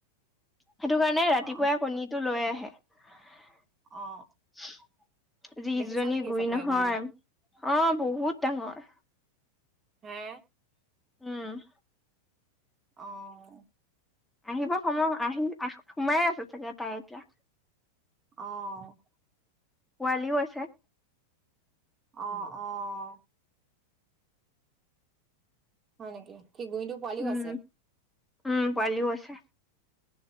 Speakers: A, in the centre; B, on the right.
A: সেইটো কাৰণে ৰাতিপুৱাই
B: অ
A: কণীটো লৈ আহে। য,
B: অ দেখিছ
A: ইজনী
B: নেকি
A: গুৰি
B: চকুৰে
A: নহয়।
B: গুৰিটো
A: অ, বহুত ডাঙৰ।
B: হা।
A: উম।
B: অ'।
A: আহিব সময় আহি সোমাই আছে চাগে তাই এতিয়া।
B: অ'।
A: পোৱালীও আছে।
B: অ', অ'। হয়, নেকি সি গুৰিটো পোৱালিও
A: উম
B: আছে।
A: উম, পোৱালিও আছে।